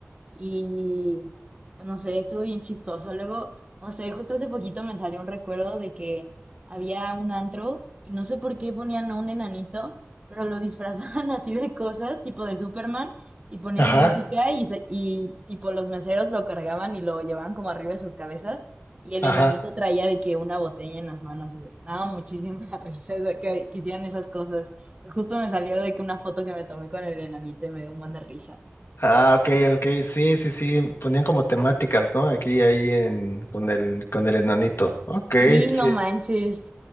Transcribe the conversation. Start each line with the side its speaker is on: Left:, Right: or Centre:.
Right: Y pues, no sé, estuvo bien chistoso. Luego, no sé, justo hace poquito me salió un recuerdo de que había un antro y no sé por qué ponían a un enanito, pero lo disfrazaban <laughs> así de cosas, tipo de Superman, y ponían
Left: Ajá,
Right: música y, se- y tipo los meseros lo cargaban y lo llevaban como arriba de sus cabezas. Y el
Left: ajá.
Right: enanito traía de que una botella en las manos y me daba muchísima <laughs> risa o sea, que, que hicieran esas cosas. Y justo me salió de que una foto que me tomé con el enanito y me dio un buen de risa.
Left: Ah, ok, ok, sí, sí, sí, ponían como temáticas, ¿no? Aquí, ahí en, con el, con el enanito. Ok,
Right: Sí, no
Left: sí.
Right: manches.